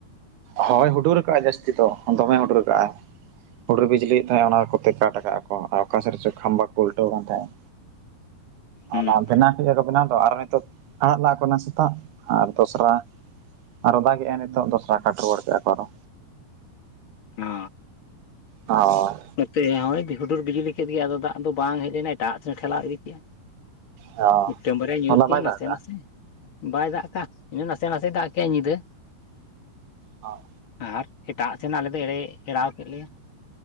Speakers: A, on the right; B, on the left.
A: ᱦᱳᱭ ᱦᱩᱰᱩᱨ ᱠᱟᱜ ᱟᱭ ᱡᱟᱥᱼ ᱡᱟᱥᱛᱤ ᱫᱚ ᱫᱚᱢᱮ ᱦᱩᱰᱩᱨ ᱠᱟᱜᱼᱟᱭ, ᱦᱩᱰᱩᱨ ᱵᱤᱡᱽᱞᱤᱭᱮ ᱛᱟᱦᱮᱸᱫ ᱚᱱᱟ ᱠᱚᱛᱮ ᱠᱟᱴ ᱠᱟᱜᱼᱟ ᱠᱚ ᱚᱠᱟ ᱥᱮᱫ ᱨᱮᱪᱚ ᱠᱷᱟᱢᱵᱟ ᱠᱚ ᱩᱞᱴᱟᱹᱣ ᱠᱟᱱ ᱛᱟᱦᱮᱸᱫ
B: ᱦᱩᱸ
A: ᱚᱱᱟ
B: ᱦᱩᱸ
A: ᱵᱮᱱᱟᱣ ᱠᱮᱫ ᱠᱚ ᱵᱮᱱᱟᱣ ᱫᱚ ᱟᱨ ᱱᱤᱛᱚᱜ ᱟᱲᱟᱜ ᱞᱟᱜ ᱟᱠᱚ ᱮᱱᱟᱝ ᱥᱮᱛᱟᱜ ᱟᱨ ᱫᱚᱥᱨᱟ ᱟᱨᱚ ᱫᱟᱜᱮᱜᱟᱭ ᱱᱤᱛᱚᱜ ᱫᱚᱥᱼ ᱟ ᱠᱟᱴ ᱨᱩᱣᱟᱹᱲ ᱠᱮᱼᱟᱠᱚ ᱟᱨᱚ
B: ᱚᱻ
A: ᱦᱚᱭ
B: ᱱᱚᱛᱮ ᱦᱚᱭ ᱦᱩᱰᱩᱨ ᱵᱤᱡᱽᱞᱤ ᱠᱮᱫ ᱜᱮᱭᱟ ᱟᱫᱚ ᱫᱟᱜ ᱫᱚ ᱵᱟᱝ ᱦᱮᱡ ᱞᱮᱱᱟ ᱮᱴᱟᱜ ᱥᱮᱱ ᱴᱷᱮᱞᱟᱣ ᱤᱫᱤ ᱠᱮᱫᱼᱟ
A: ᱦᱳᱭ
B: ᱢᱤᱫᱴᱟᱝ ᱵᱟᱨᱭᱟ ᱧᱩᱨ
A: ᱦᱚᱞᱟ
B: ᱠᱮᱼᱟ
A: ᱵᱟᱭ
B: ᱱᱟᱥᱮ
A: ᱫᱟᱜ ᱠᱟᱜᱼᱟ
B: ᱱᱟᱥᱮ ᱵᱟᱭ ᱫᱟᱜ ᱠᱟᱜᱼᱟ ᱤᱱᱟᱹ ᱱᱟᱥᱮ ᱱᱟᱥᱮᱭ ᱫᱟᱜ ᱠᱮᱜ-ᱟᱭ ᱧᱤᱫᱟᱹ
A: ᱦᱚᱸ
B: ᱟᱨ ᱮᱴᱟᱜ ᱥᱮᱱᱟᱜ ᱟᱞᱮ ᱫᱚ ᱮᱲᱮ ᱮᱲᱟᱣ ᱠᱮᱫ ᱞᱮᱭᱟ